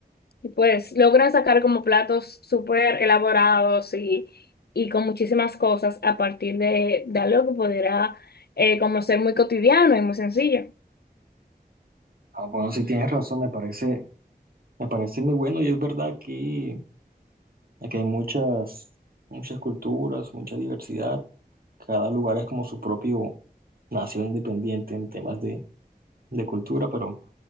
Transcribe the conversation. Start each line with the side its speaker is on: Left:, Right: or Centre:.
Left: y, pues logran sacar como platos súper elaborados y, y con muchísimas cosas a partir de, de algo que pudiera eh, como ser muy cotidiano y muy sencillo.
Right: Ah, bueno, si tienes razón, me parece, me parece muy bueno y es verdad aquí. Aquí hay muchas, muchas culturas, mucha diversidad. Cada lugar es como su propio nación independiente en temas de, de cultura, pero